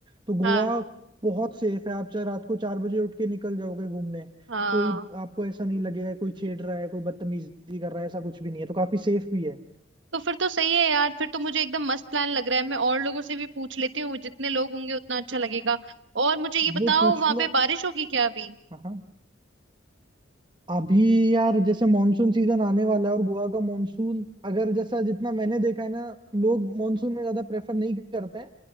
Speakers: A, on the right; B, on the right.
A: तो गोवा
B: हाँ
A: बहुत सेफ है आप चाहे रात को चार बजे उठ के निकल जाओगे घूमने
B: हाँ
A: कोई आपको ऐसा नहीं लगेगा कोई छेड़ रहा है कोई बदतमीजी कर रहा है ऐसा कुछ भी नहीं है तो काफी सेफ भी है
B: तो फिर तो सही है यार फिर तो मुझे एकदम मस्त प्लान लग रहा है मैं और लोगों से भी पूछ लेती हूँ जितने लोग होंगे उतना अच्छा लगेगा और मुझे ये बताओ
A: वो पूछ
B: वहां
A: लो
B: पे बारिश होगी क्या अभी
A: हाँ हाँ। अभी यार जैसे मॉनसून सीजन आने वाला है और गोवा का मॉनसून अगर जैसा जितना मैंने देखा है ना लोग मॉनसून में ज्यादा प्रेफर नहीं करते हैं